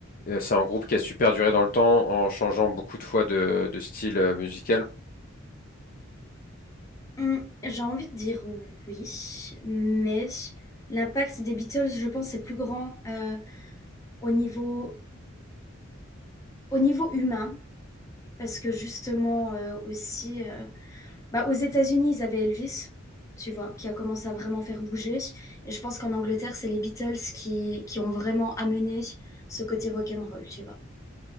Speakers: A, on the left (about 45°); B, on the left (about 15°).
A: Euh, c'est un groupe qui a super duré dans le temps en changeant beaucoup de fois de, de style euh, musical.
B: Hum, j'ai envie de dire oui, mais l'impact des Beatles, je pense, est plus grand euh, au niveau, au niveau humain, parce que justement euh, aussi, euh, bah, aux États-Unis, ils avaient Elvis, tu vois, qui a commencé à vraiment faire bouger, et je pense qu'en Angleterre, c'est les Beatles qui, qui ont vraiment amené ce côté rock'n'roll, tu vois.